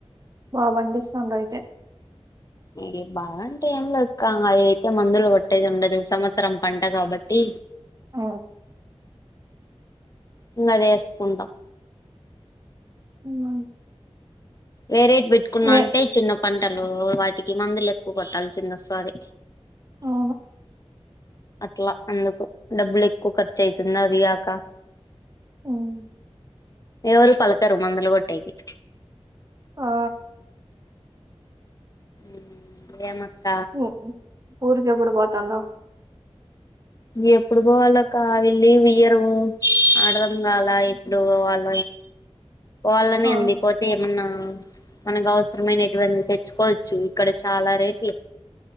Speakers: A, on the right; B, on the left.
A: బాగ పండిస్తున్నారు అయితే
B: ఇగ బాగ అంటే ఏమ్ లేదు అయ్యి అయితే మందులు కొట్టేది ఉండదు సంవత్సరం పంట కాబట్టి
A: ఆ
B: ఇంగ అది వేసుకుంటాం
A: <inaudible>
B: వేరేటి పెట్టుకున్నా
A: మే
B: అంటే చిన్న పంటలు వాటికి మందులు ఎక్కువ కొట్టాల్సింది వస్తాది
A: అవును
B: అట్లా అందుకు డబ్బులు ఎక్కువ ఖర్చు అయితుంది అవి గాక
A: అవును
B: ఎవరు పలకరు మందలు గొట్టేకి
A: ఆ
B: ఉం ఏమ్ అక్క
A: ఉ ఊరికి ఎప్పుడు పోతాండవ్
B: ఇంగ ఎప్పుడు పోవాలా అక్క వీళ్ళు లీవ్ ఇయ్యరు అర్థం కాల ఎప్పుడు వాల్ పోవాలని
A: ఆ
B: ఉంది పోతే ఏమన్నా మనకు అవసరమైనటువంటి తెచ్చుకోవచ్చు ఇక్కడ చాలా రేట్లు